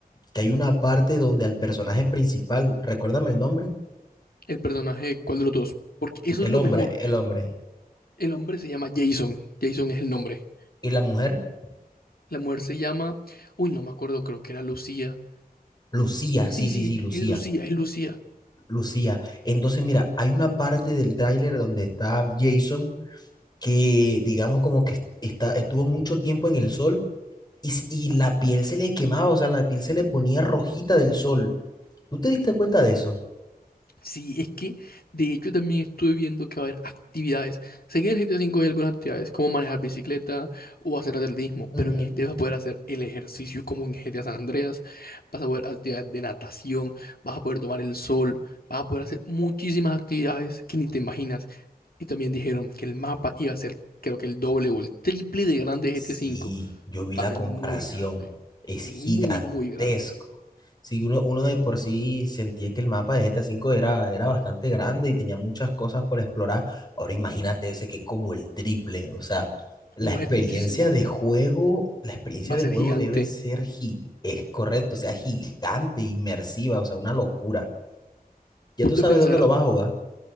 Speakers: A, on the left; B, on the left.
A: que hay una parte donde al personaje principal, recuérdame el nombre,
B: El personaje, ¿cuál de los dos? Porque eso
A: el
B: es lo
A: hombre,
B: mejor.
A: el hombre,
B: El hombre se llama Jason. Jason es el nombre.
A: y la mujer,
B: La mujer se llama, uy, no me acuerdo, creo que era Lucía.
A: Lucía,
B: Sí,
A: sí,
B: sí,
A: sí, sí, Lucía,
B: es Lucía, es Lucía.
A: Lucía. Entonces, mira, hay una parte del tráiler donde está Jason, que digamos como que est- está, estuvo mucho tiempo en el sol y, s- y la piel se le quemaba, o sea, la piel se le ponía rojita del sol. ¿Tú te diste cuenta de eso?
B: Sí, es que de hecho también estuve viendo que va a haber actividades. Sé que en el GTA V hay algunas actividades como manejar bicicleta o hacer atletismo, pero
A: Ujú.
B: en este vas a poder hacer el ejercicio como en GTA San Andreas, vas a poder actividades de natación, vas a poder tomar el sol, vas a poder hacer muchísimas actividades que ni te imaginas. Y también dijeron que el mapa iba a ser creo que el doble o el triple de grande de
A: Sí,
B: GTA V.
A: yo vi la
B: va a ser
A: comparación.
B: muy grande.
A: Es
B: Es
A: gigantesco.
B: muy, muy grande.
A: Sí, uno, uno de por sí sentía que el mapa de GTA V era, era bastante grande y tenía muchas cosas por explorar. Ahora imagínate ese que es como el triple. O sea, la
B: No
A: experiencia
B: es muchísimo.
A: de juego, la experiencia
B: Va a
A: de juego
B: ser gigante.
A: debe ser, gi- es correcto, o sea, gigante, inmersiva, o sea, una locura. Ya
B: Punto
A: tú sabes
B: a pensar,
A: dónde lo vas a jugar.